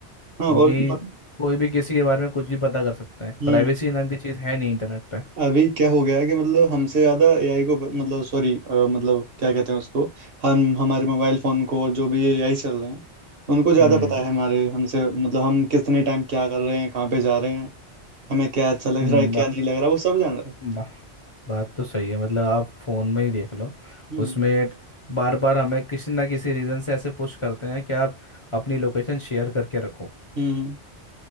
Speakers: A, on the right (about 55°); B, on the left (about 35°).
A: हाँ
B: क्योंकि
A: और मत-
B: कोई भी किसी के बारे में कुछ भी पता कर सकता है
A: हम्म
B: प्राइवेसी नाम की चीज़ है नहीं इंटरनेट पे
A: अभी क्या हो गया है कि मतलब हमसे ज्यादा एआई को ब- मतलब सॉरी मतलब क्या कहते हैं उसको हम हमारे मोबाइल फोन को और जो भी एआई चल रहे हैं उनको ज्यादा
B: हम्म
A: पता है हमारे हमसे मतलब हम कितने टाइम क्या कर रहे हैं कहाँ पे जा रहे हैं हमें क्या अच्छा लग
B: हम्म,
A: रहा है
B: वाह
A: क्या नहीं लग रहा वो सब जान रहा है
B: वाह बात तो सही है मतलब आप फोन में ही देख लो
A: हम्म
B: उसमें बार बार हमें किसी ना किसी रीजन से ऐसे पुश करते हैं कि आप अपनी लोकेशन शेयर करके रखो
A: हम्म हम्म।